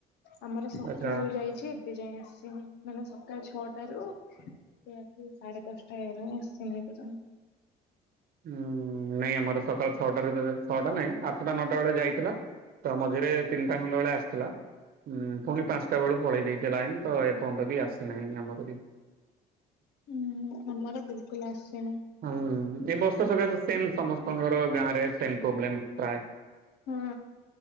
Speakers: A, on the left (about 80°); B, on the right (about 60°).
A: ଆମର ସକାଳୁ
B: ଆଚ୍ଛା
A: ଯାଇଛି ଏବେ ଯାଇ ଆସିନି ମାନେ ସକାଳ ଛଅଟାରୁ ରାତି ସାଢେ ଦଶଟା ହେଇଗଲାଣି ଆସିନି ଏପର୍ଯ୍ୟନ୍ତ।
B: ହୁଁ ନାଇଁ ଆମର ସକାଳ ଛଅଟା ରେ ଛଅଟା ନାଇଁ ଆଠଟା ନଅଟା ବେଳେ ଯାଇଥିଲା। ତ ମଝିରେ ତିନିଟା ଖଣ୍ଡ ବେଳେ ଆସିଥିଲା ଉଁ ପୁଣି ପାଞ୍ଚଟା ବେଳୁ ପଳେଇ ଯାଇଥିଲା ଇମିତି ତ। ବନ୍ଧ ବି ଆସେନାହିଁ ଆମର ବି।
A: ହୁଁ ହୁଁ ଆମର ବିଲକୁଲୁ ଆସିନି।
B: ହୁଁ ଏ ବର୍ଷା ସକାଶେ ସେମ୍ ସମସ୍ତଙ୍କର ଗାଁରେ ସେମ୍ ପ୍ରୋବ୍ଲେମ୍ ପ୍ରାୟ
A: ହୁଁ।